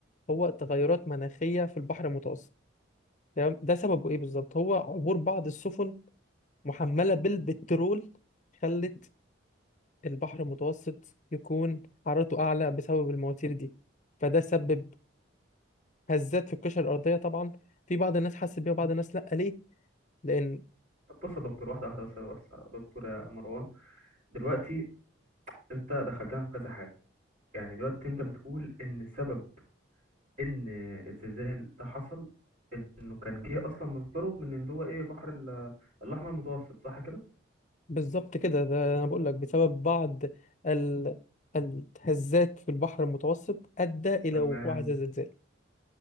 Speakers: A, on the left; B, on the right.
A: هو تغيرات مناخيه في البحر المتوسط تمام ده سببه ايه بالظبط هو عبور بعض السفن محمله بالبترول خلت البحر المتوسط يكون حرارته اعلى بسبب المواتير دي فده سبب هزات في القشره الارضيه طبعا في بعض الناس حست بيها وبعض الناس لا ليه لان
B: طب بص يا دكتور واحدة واحدة بس بس يا دكتور يا مروان دلوقتي انت دخلتنا في كذا حاجة يعني دلوقتي انت بتقول ان السبب ان الزلزال ده حصل انه كان جه اصلا مصدره من اللي هو ايه البحر ال- الاحمر المتوسط صح كده
A: بالظبط كده ده انا بقول لك بسبب بعض ال... الهزات في البحر المتوسط ادى الى
B: تمام
A: وقوع هذا الزلزال